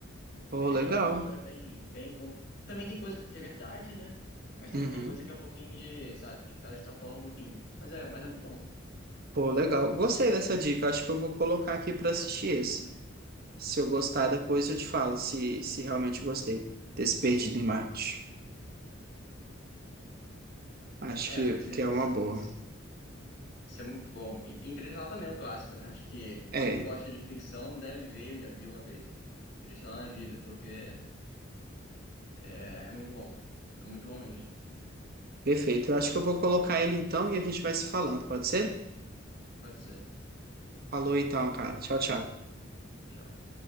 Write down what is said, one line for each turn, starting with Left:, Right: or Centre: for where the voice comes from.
Right: Pô,
Left: É bem
Right: legal.
Left: legal, uma história bem, bem. con- Também tem coisa que é verdade, né? Mas também
Right: Uhum.
Left: tem coisa que é um pouquinho de, sabe, os caras extrapolam um pouquinho. Mas é, mas é muito bom.
Right: Pô, legal. Gostei dessa dica. Acho que eu vou colocar aqui para assistir esse. Se eu gostar, depois eu te falo se, se realmente gostei desse Perdido em Marte. Acho
Left: É,
Right: que,
Left: esse,
Right: que
Left: esse,
Right: é uma boa.
Left: esse, esse é muito bom. E Interestelar também é um clássico, né? Acho que
Right: É,
Left: todo mundo gosta de ficção, deve ver, eu já vi uma vez. Interestelar na vida, porque é, é muito bom. Então, muito bom mesmo.
Right: perfeito. Eu acho que eu vou colocar ele então e a gente vai se falando, pode ser?
Left: Pode ser.
Right: Falou então, cara. Tchau, tchau.
Left: Tchau.